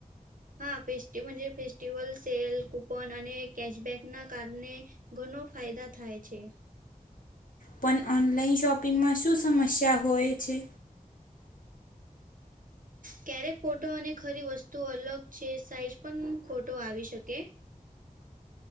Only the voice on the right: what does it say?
હા ફેસ્ટ ફેસ્ટસ્ટીવલ્સલ સેલ ખ પણ અને કેશબેકના કારણે ઘણો ફાયદા થાય છે.
ક્યારેક ફોટો અને ખરી વસ્તુ અલગ છે સાઈઝ પણ ખોટો આવી શકે